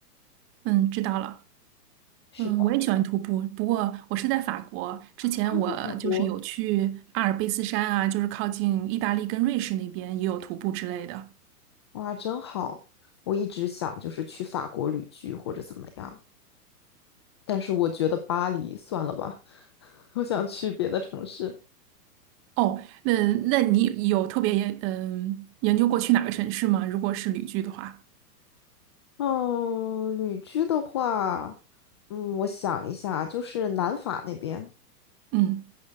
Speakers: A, on the right; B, on the left.
A: 嗯，知道了。
B: 是的，
A: 嗯，我也喜欢徒步，不过我是在法国。之前我就是有去阿尔卑斯山啊，
B: 啊，在法国，
A: 就是靠近意大利跟瑞士那边也有徒步之类的。
B: 哇，真好！我一直想就是去法国旅居或者怎么样。但是我觉得巴黎算了吧，<laughs> 我想去别的城市。
A: 哦，那那你有特别研嗯研究过去哪个城市吗？如果是旅居的话。
B: 嗯，旅居的话，嗯，我想一下，就是南法那边，
A: 嗯，